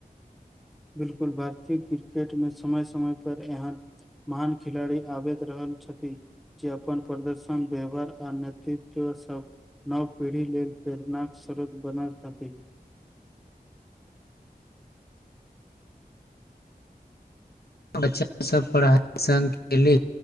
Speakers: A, in the centre; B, on the left.
A: बिलकुल भारतीय क्रिकेट मे समय समय पर एहन महान खिलाड़ी आब रहल छथि जे अपन प्रदर्शन व्यवहार आ नेतृत्व सब नव पीढ़ी लेल प्रेरणाक स्रोत बनल छथि
B: बच्चा सभ पढ़ाइ संघ लेल